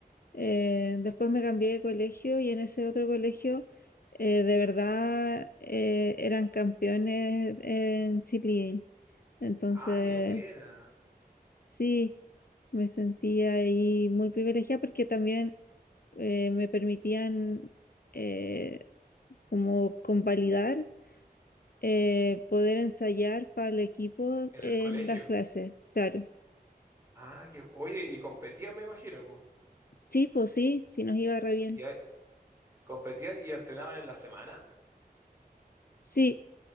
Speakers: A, on the left (about 65°); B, on the right (about 15°).
A: Eh, después me cambié de colegio y en ese otro colegio eh, de verdad eh, eran campeones en Chile. Entonces,
B: Ah, qué buena.
A: sí, me sentía ahí muy privilegiada porque también eh, me permitían eh, como convalidar, eh, poder ensayar para el equipo
B: En
A: en
B: el colegio.
A: las clases, claro.
B: Ah, que, oye, y competían, me imagino, pues.
A: Sí, pues sí, sí nos iba re bien.
B: Ya, Sí, competían y entrenaban en la semana,
A: Sí,